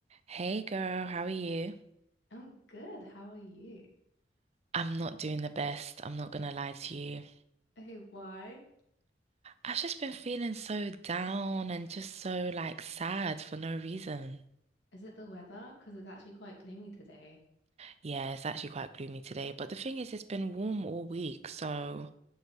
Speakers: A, on the right; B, on the left.
A: Hey girl, how are you?
B: I'm good. How are you?
A: I'm not doing the best. I'm not gonna lie to you.
B: Okay, why?
A: I've just been feeling so down and just so like sad for no reason.
B: Is it the weather? Because it's actually quite gloomy today.
A: Yeah, it's actually quite gloomy today, but the thing is, it's been warm all week, so